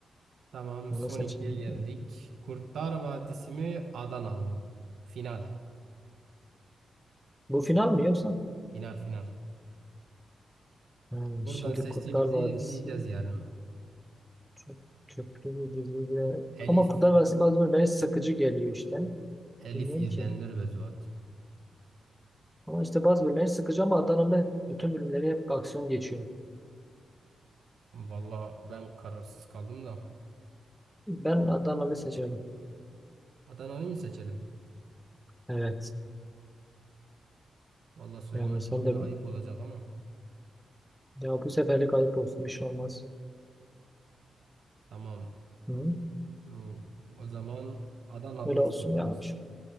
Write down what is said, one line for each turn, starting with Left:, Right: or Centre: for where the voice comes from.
Right: Tamam.
Centre: onu
Right: Son
Centre: seçeyim.
Right: ikiye geldik. Kurtlar Vadisi mi? Adanalı mı? Final.
Centre: Bu final mi yoksa?
Right: Final final.
Centre: Hmm,
Right: Buradan
Centre: şimdi
Right: seçtiğimizi
Centre: Kurtlar Vadisi
Right: izleyeceğiz yarın.
Centre: çok köklü bir dizi bile-
Right: Elif.
Centre: Ama Kurtlar Vadisi bazı bölümleri sıkıcı geliyor işte.
Right: Elif
Centre: Bilmiyorum
Right: izlenir
Centre: ki.
Right: ve Zuhat.
Centre: Ama işte bazı bölümleri sıkıcı ama Adanalı bütün bölümleri hep aksiyon geçiyor.
Right: Valla ben kararsız kaldım da.
Centre: Ben Adanalı seçerim.
Right: Adana'yı mı seçelim?
Centre: Evet.
Right: Valla Süleyman
Centre: Yani
Right: Çakır'a
Centre: sen de
Right: ayıp olacak ama.
Centre: ya bu seferlik ayıp olsun bir şey olmaz.
Right: Tamam.
Centre: Hı?
Right: Ru- O zaman Adanalı'yı
Centre: Öyle olsun
Right: seçiyoruz.
Centre: ya.